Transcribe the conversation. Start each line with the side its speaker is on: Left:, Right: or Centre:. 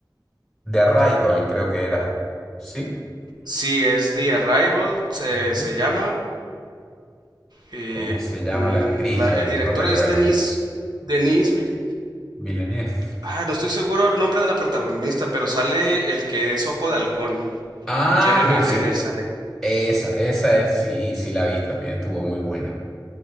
Centre: de Arrival, creo que era. ¿Sí?
Right: sí, es The Arrival, se,
Centre: Ujú.
Right: se llama. Y,
Centre: ¿Cómo se llama
Right: mm,
Centre: la actriz?
Right: la-
Centre: Vale,
Right: el director
Centre: no recuerdo.
Right: es Denis, Denis Vill-
Centre: Villeneuve.
Right: Ah, no estoy seguro el nombre de la protagonista, pero sale el que es Ojo de Halcón,
Centre: Ajá,
Right: Jeremy Renner
Centre: sí.
Right: sale.
Centre: Esa, esa es, sí, sí la vi también, estuvo muy buena.